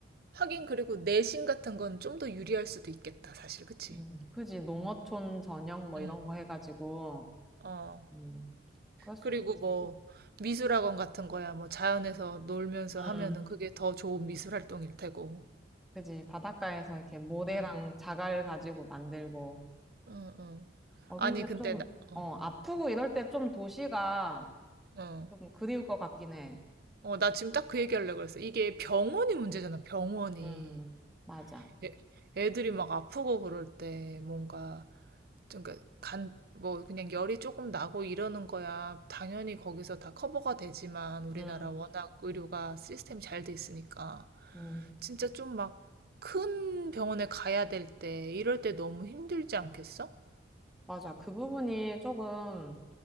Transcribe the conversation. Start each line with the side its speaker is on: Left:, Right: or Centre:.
Right: 하긴, 그리고 내신 같은 건 좀 더 유리할 수도 있겠다, 사실, 그치?
Centre: 음, 그지. 농어촌 저녁 뭐
Right: 음,
Centre: 이런 거 해가지고.
Right: 어.
Centre: 음, 그럴 수도
Right: 그리고
Centre: 있지.
Right: 뭐, 미술학원 같은 거야, 뭐, 자연에서 놀면서 하면은
Centre: 음,
Right: 그게 더 좋은 미술 활동일 테고.
Centre: 그지. 바닷가에서 이렇게 모래랑
Right: 응,
Centre: 자갈 가지고 만들고.
Right: 응, 응.
Centre: 어,
Right: 아니,
Centre: 근데
Right: 근데,
Centre: 좀,
Right: 나,
Centre: 어,
Right: 어,
Centre: 아프고 이럴 때 좀 도시가
Right: 어.
Centre: 좀 그리울 것 같긴 해.
Right: 어, 나 지금 딱 그 얘기하려고 그랬어. 이게 병원이 문제잖아, 병원이.
Centre: 음, 맞아.
Right: 애, 애들이 막 아프고 그럴 때 뭔가, 좀 그러니까 간, 뭐 그냥 열이 조금 나고 이러는 거야. 당연히 거기서 다 커버가 되지만 우리나라
Centre: 음,
Right: 워낙 의료가 시스템이 잘 돼 있으니까.
Centre: 음,
Right: 진짜 좀 막 큰 병원에 가야 될 때, 이럴 때 너무 힘들지 않겠어?
Centre: 맞아. 그 부분이 조금